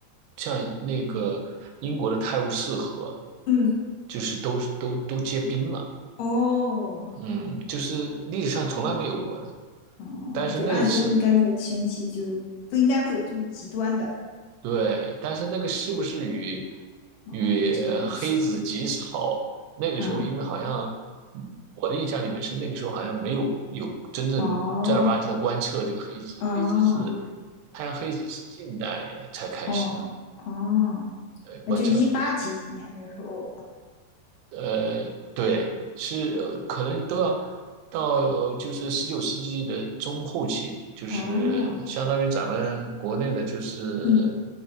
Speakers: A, on the right; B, on the left.
A: 像那个英国的泰晤士河，
B: 嗯，
A: 就是都都都结冰了，
B: 哦
A: 嗯，就是历史上从来没有过的。
B: 哦，
A: 但是那一次
B: 就按说应该那个天气就不应该会有这么极端的。
A: 对，但是那个是不是与
B: 哦，
A: 与黑子极少？
B: 这个，
A: 那个时候，
B: 嗯，
A: 因为好像我的印象里面是那个时候好像没有有真正正儿八经的观测这个黑子，
B: 哦，哦，
A: 黑子是太阳黑子是近代才开始的，
B: 哦，哦，
A: 对，观测
B: 那就一八几几年那时候，
A: 呃，对，是呃可能都要到呃，就是十九世纪的中后期，就是相当于咱们国内的，
B: 哦，
A: 就是
B: 嗯，